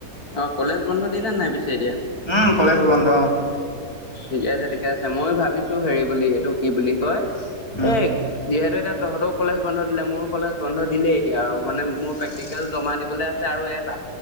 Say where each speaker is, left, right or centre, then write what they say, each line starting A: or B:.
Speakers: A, on the left; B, on the left.
A: অ, কলেজ বন্ধ দিলে নাই পিছে এতিয়া?
B: উম, কলেজ বন্ধ।
A: ঠিকে আছে ঠিকে আছে মই ভাবিছো হেৰি বুলি এইটো কি বুলি কয়
B: উম
A: এই যিহেতু এটা তহঁতেও কলেজ বন্ধ দিলে মোৰো কলেজ বন্ধ দিলেই এতিয়া আৰু মানে মোৰ প্ৰেক্টিকেল জমা দিবলৈ আছে আৰু ইয়াত